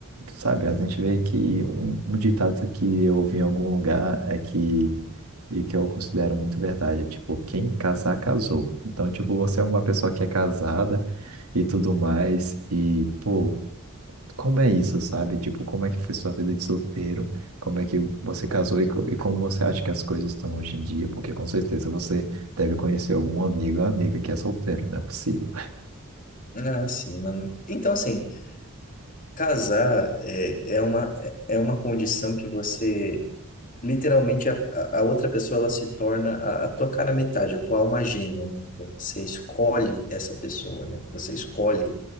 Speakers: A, on the right; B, on the left.
A: sabe, a gente vê que um, um ditado que eu ouvi em algum lugar é que e que eu considero muito verdade, é tipo, quem casar casou. Então, tipo, você é uma pessoa que é casada e tudo mais e pô, como é isso, sabe? Tipo, como é que foi sua vida de solteiro? Como é que você casou e, co- e como você acha que as coisas estão hoje em dia? Porque com certeza você deve conhecer algum amigo ou amiga que é solteiro, não é possível.
B: Ah, sim, mano. Então, assim, casar é, é uma, é é uma condição que você literalmente a, a a outra pessoa ela se torna a, a tua cara metade, a tua alma gêmea, né? Você escolhe essa pessoa, né? Você escolhe